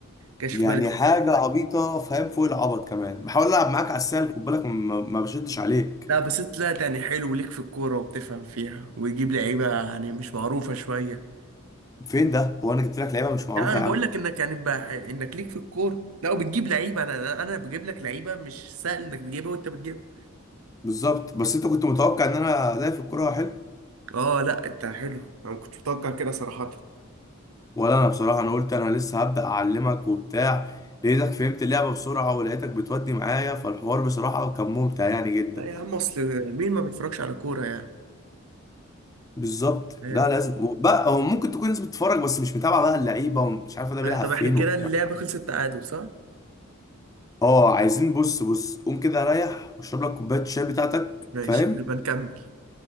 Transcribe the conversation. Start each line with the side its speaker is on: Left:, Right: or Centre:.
Right: جاش
Left: يعني
Right: في بالي
Left: حاجه عبيطه فاهم فوق العبط كمان بحاول العب معاك على السهل خد بالك ما ما بشدش عليك
Right: لا بس انت طلعت يعني حلو وليك في الكورة وبتفهم فيها ويجيب لعيبة يعني مش معروفة شوية
Left: فين ده هو انا جبت لك لعيبه مش معروفه
Right: لا انا
Left: يا
Right: بقول
Left: عم
Right: لك انك يعني بح... انك ليك في الكورة لا وبتجيب لعيبة انا انا بجيب لك لعيبة مش سهل انك تجيبها وانت بتجيبها
Left: بالظبط بس انت كنت متوقع ان انا ادائي في الكوره حلو
Right: اه لا انت حلو انا ما كنتش متوقع كده صراحة
Left: ولا انا بصراحه انا قلت انا لسه هبدا اعلمك وبتاع لقيتك فهمت اللعبه بسرعه ولقيتك بتودي معايا فالحوار بصراحه كان ممتع يعني جدا
Right: لا يا عم اصل مين ما بيتفرجش على كورة يعني
Left: بالظبط
Right: فاهم
Left: لا لازم وبقى هو ممكن تكون ناس بتتفرج بس مش متابعه بقى اللعيبه ومش عارفه ده بيلعب
Right: آه، طب
Left: فين
Right: احنا كده
Left: وبتاع
Right: اللعبة خلصت تعادل صح
Left: اه عايزين بص بص قوم كده ريح واشرب لك كوبايه الشاي بتاعتك
Right: ماشي
Left: فاهم
Right: ونبقى نكمل